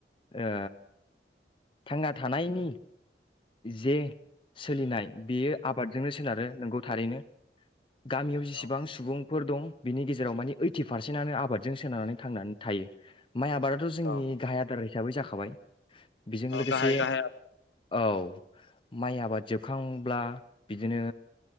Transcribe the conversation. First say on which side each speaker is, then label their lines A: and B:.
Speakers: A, on the left; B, on the left.
A: ओ थांना थानायनि जे सोलिनाय बेयो आबादजोंनो सोनारो नोंगौ थारैनो गामियाव जेसेबां
B: औ
A: सुबुं फोर दं बिनि गेजेराव मानि ओइटि पारसेन्टनो आबादजों सोनारनानै थांनानै थायो माइ आबादाथ' जोंनि
B: औ
A: गाहाय आदार हिसाबै जाखाबाय बेजों
B: औ
A: लोगोसे
B: गाहाय गाहाय औ
A: औ माइ आबाद जोबखांब्ला बिदिनो